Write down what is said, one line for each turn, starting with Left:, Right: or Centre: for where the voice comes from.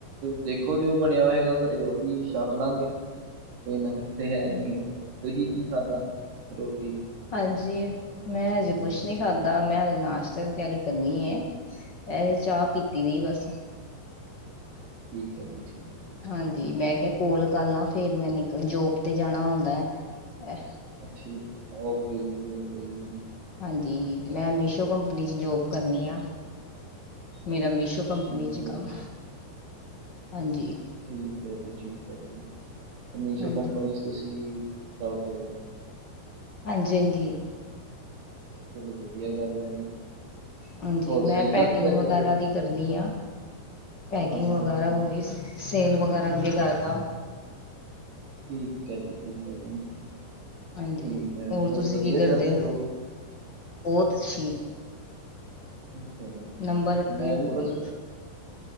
Right: ਦੇਖੋ ਜੋ ਬਣਿਆ ਹੈਗਾ ਘਰੇ ਉਹੀ ਛੱਕ ਲਾਂਗੇ। ਕੋਈ ਇੰਨਾ ਫਿਰ ਤੇ ਹੈ ਨੀ ਹੈ ਤੁਸੀਂ ਕੀ ਖਾਧਾ ਰੋਟੀ
Left: ਹਾਂਜੀ ਮੈਂ ਹਜੇ ਕੁਛ ਨੀ ਖਾਧਾ ਮੈਂ ਹਜੇ ਨਾਸ਼ਤੇ ਦੀ ਤਿਆਰੀ ਕਰਨੀ ਏ। ਐ ਚਾਹ ਪੀਤੀ ਦੀ ਬਸ
Right: ਠੀਕ ਹੈ ਜੀ- ਠੀਕ ਹੈ ਜੀ।
Left: ਹਾਂਜੀ ਮੈਂ ਕਿਹਾ ਕੋਲ ਕਰ ਲ ਆ ਫੇਰ ਮੈ ਨਿਕਲ ਜੋਬ ਤੇ ਜਾਣਾ ਹੁੰਦਾ ਏ।
Right: ਠੀਕ ਓਕੇ ਜੀ- ਓਕੇ ਜੀ।
Left: ਹਾਂਜੀ ਮੈਂ ਮੀਸ਼ੋ ਕੰਪਨੀ 'ਚ ਜੋਬ ਕਰਨੀ ਆ ਮੇਰਾ ਮੀਸ਼ੋ ਕੰਪਨੀ
Right: ਠੀਕ
Left: 'ਚ
Right: ਹੈ
Left: ਕੰਮ
Right: ਜੀ,
Left: ਹਾਂਜੀ।
Right: ਠੀਕ ਹੈ ਜੀ- ਠੀਕ ਹੈ ਜੀ ਅਤੇ ਮੀਸ਼ੋ
Left: ਹਾਂਜੀ
Right: ਕੰਪਨੀ 'ਚ ਤੁਸੀਂ ਕਰਦੇ ਹੋ।
Left: ਹਾਂਜੀ -ਹਾਂਜੀ
Right: ਚਲੋ ਵਧੀਆ ਗੱਲ ਆ ਜੀ।
Left: ਹਾਂਜੀ
Right: ਹੋਰ
Left: ਮੈਂ
Right: ਸਹੀ
Left: ਪੈਕਿੰਗ
Right: ਚੱਲ ਰਹੀ ਆ
Left: ਵਗੈਰਾ
Right: ਜੋਬ?
Left: ਦੀ ਕਰਨੀ ਆ। ਪੈਕਿੰਗ
Right: ਹਾਂਜੀ-ਹਾਂਜੀ,
Left: ਵਗੈਰਾ ਹੋ ਗਈ ਸੇਲ ਵਗੈਰਾ ਅੱਗੇ ਕਰਦਾ।
Right: ਠੀਕ ਹੈ ਜੀ- ਠੀਕ ਹੈ ਜੀ-
Left: ਹਾਂਜੀ
Right: ਠੀਕ ਹੈ ਹੋਰ
Left: ਤੁਸੀਂ
Right: ਵਧੀਆ
Left: ਕੀ ਕਰਦੇ
Right: ਚੱਲ ਰਹੀ ਜੋਬ
Left: ਬਹੁਤ ਅੱਛੀ।
Right: ਚਲੋ ਵਧੀਆ
Left: ਨੰਬਰ
Right: -ਵਧੀਆ ਮੈਂ
Left: ਵਨ ਹੈ
Right: ਵੀ
Left: ਪੂਰੀ
Right: ਬਸ